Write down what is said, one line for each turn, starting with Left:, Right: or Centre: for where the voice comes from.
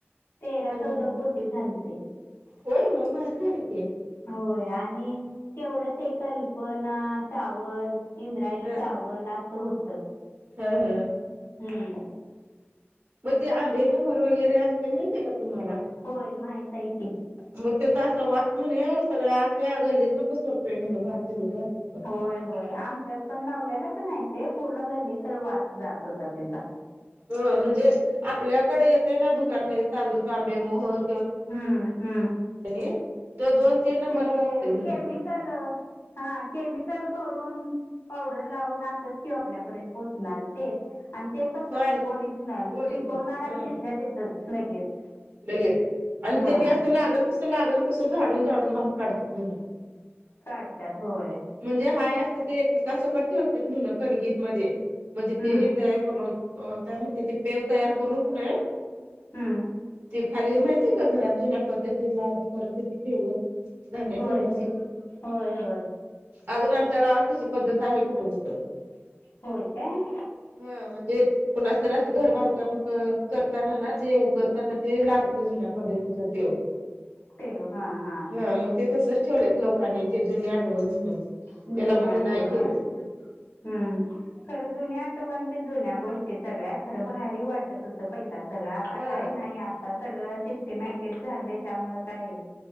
Left: तेरा
Right: ह
Left: चौदा पोती झालते.
Right: होय म भारी झाल की
Left: होय आणि तेवढं ते कल्पना चावल इंद्रायणी
Right: ह
Left: चाव वल असं होत.
Right: ह ह
Left: हूं
Right: मग त आंबे मोहर वगैरे असते माहित का तुम्हाला.
Left: होय माहित आहे की.
Right: मग त्याचा असा वास म्हण सगळ्या आख्या गल्लीतन पसरतोय म्हण भात शिजत घातल्यावर.
Left: होय होय आमच्यात पण लावलेला कणीय ते पूर्ण गल्लीत वास जात होता त्याचा.
Right: ह म्हणजे आपल्याकडे येते ना दुकानमध्ये तांदूळ तांबे मोहर.
Left: हा हा,
Right: आणि तो दोन. तीन नंबरचा
Left: ते
Right: असतोय म्हणे
Left: केमिकल हा केमिकल. करून पावडर लावून असच किं ओ आपल्यापर्यंत पोचणार. ते आणि ते कसं
Right: पण
Left: ओरिजनल
Right: ओरिजनल
Left: पिकवणार
Right: हम्म
Left: आणि तिथल्या तिथंच लगेच.
Right: लगेच आणि
Left: हा
Right: त्यानी असं लागल तसं लागल तस झाडून झाडून भात काढतात म्हण.
Left: काडतात होय.
Right: मणजे हाय अस ते पिका सकट ठेवत्यात म्हन कणगीत मदे मणजे
Left: हम्म
Right: ते हे तयार करून. अ काय मणते ते पेव तयार करून का नाय
Left: हम्म.
Right: ती खाली माहिती आहे का घरात जुन्या पद्धतीला करत होती पेव. धान्य
Left: होय
Right: ठेवण्यासाठी.
Left: ते होय होय
Right: आजुन आमच्या गावात तशी पदत आहे कुट कुट.
Left: होय काय.
Right: हा मणजे कुणाच तर असं घर बांधकाम क करताना ना ते उकरताना. ते लागतं जुन्या पद्धतीतला पेव.
Left: तेव हा हा.
Right: ह म ते तसच ठेवल्यात लोकांनी ते जुनी आटवण म्हणून त्याला
Left: जुनी
Right: बंद
Left: आठवण
Right: नाइ केलं.
Left: खरं हम्म खरं जुन्या आटवण ते जुन्या गोष्टी सगळ्या खरं भारी वाटत. त्या होत पहिला सगळं आता
Right: हा
Left: काय नाइ आता सगळं शिष्टी मॅकेट झालंय त्यामुळ काय.